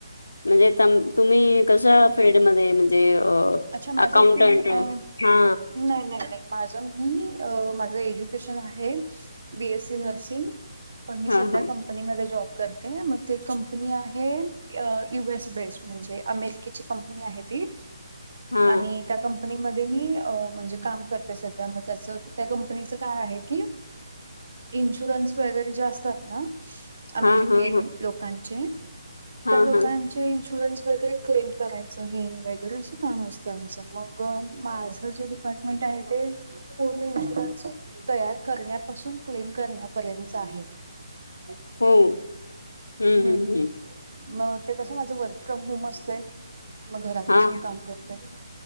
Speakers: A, on the left; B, on the right.
A: म्हणजे तम तुम्ही कसं फिल्डमध्ये म्हणजे अ
B: अच्छा माझा
A: अकाउंटंट
B: फील्ड अ
A: हा
B: नाई नाई नाई. माझं मी माझं एज्युकेशन आहे बी. एस. सी. नर्सिंग. पण मी
A: हा
B: सध्या
A: हा
B: कम् कंपनी मध्ये जॉब करते म ते कपंनी आहे यू. एस. बेस् म्हणजे अमेरिके चि कपंनी आहे ति
A: हा
B: आणि त्या कंप कपंनी मध्ये मी अ म्हणजे काम करते सध्या म त्याचं त्या कंपनीचं काय आहे की इन्शुरन्स वगैरे जे असतात ना अमेरिकेन
A: हा हा हा
B: लोकांचे
A: हा
B: त्या लोकांच्
A: हा
B: ते इन्शुरन्स वगैरे क्लेम करायचं हे वगैरे असं काम असतं आमचं, मग माझं जे डिपार्टमेंट आहे ते पूर्ण इन्शुरन्स तयार करण्यापासून क्लेम करण्यापर्यंतचं आहे. हम्म
A: हो हम्म
B: हं.
A: हम्म हम्म
B: म ते कसं माझं वर्क फ्रॉम होम असतंय म घरात
A: हा
B: बसून काम करतंय.